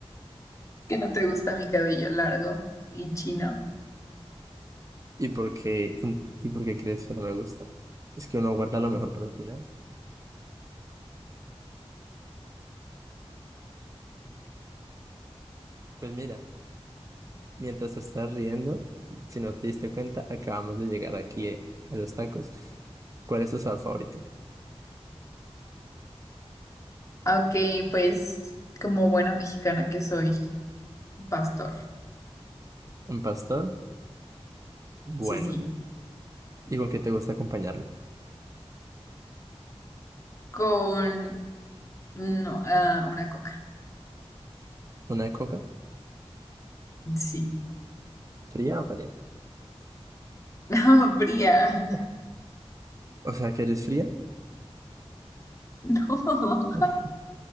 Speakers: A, on the left; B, on the right.
A: que no te gusta mi cabello largo y chino.
B: ¿Y por qué, int- y por qué crees que no me gusta? Es que uno guarda lo mejor para el final. Pues mira, mientras te estás riendo, si no te diste cuenta, acabamos de llegar aquí eh, a los tacos. ¿Cuál es tu sabor favorito?
A: Aunque, pues, como buena mexicana que soy, pastor.
B: ¿Un pastor? Bueno.
A: Sí, sí.
B: ¿Y con qué te gusta acompañarlo?
A: Con no, ah, una coca.
B: ¿Una coca?
A: Sí.
B: ¿Fría o caliente?
A: <laughs> No, fría.
B: <laughs> O sea, que eres fría.
A: No.
B: <laughs>